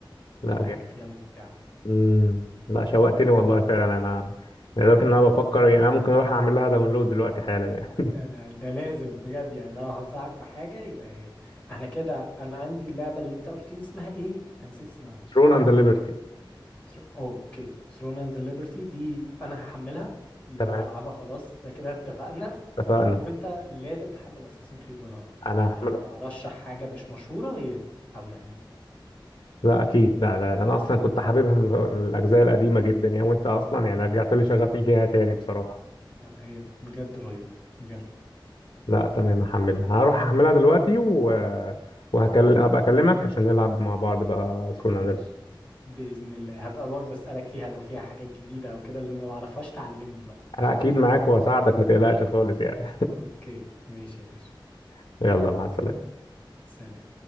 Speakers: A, on the left; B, on the left.
A: لا
B: كل
A: جا-
B: حاجة فيها ممتعة
A: امم لا شوقتني والله فعلا انا ب- لدرجه ان انا بفكر يعني انا ممكن اروح اعمل لها داونلود دلوقتي حالا يعني
B: لا ده ده لازم بجد يعني لو هنصحك بحاجة يبقى هي احنا كده انا عندي اللعبة اللي انت قلت لي اسمها ايه؟ انا نسيت اسمها
A: <laughs> ثرون اند ليبرتي
B: ثر- اوه اوكي ثرون اند ليبرتي دي انا هحملها دي
A: تمام
B: انا هلعبها خلاص ده كده اتفقنا
A: اتفقنا
B: وانت لازم تحمل اساسن كريد ولا هقرا
A: انا
B: يعني
A: <laughs>
B: انا
A: هعمل
B: لو هرشح حاجة مش مشهورة هي دي او يعني
A: لا اكيد لا, لا انا اصلا كنت حاببها من الاجزاء القديمه جدا يعني وانت اصلا يعني رجعت لي شغفي ليها تاني بصراحه
B: لا هي بجد رهيبة بجد
A: لا تمام هحملها هروح هحملها دلوقتي و... وهكل... هبقى اكلمك عشان نلعب مع بعض بقى ثرون
B: خلص بإذن الله هبقى برضه اسألك فيها لو فيها حاجات جديدة او كده لان انا معرفهاش تعلمني بقى
A: انا اكيد معاك وهساعدك ما تقلقش خالص يعني
B: اوكي ماشي يا باشا
A: <laughs> يلا مع السلامة
B: سلام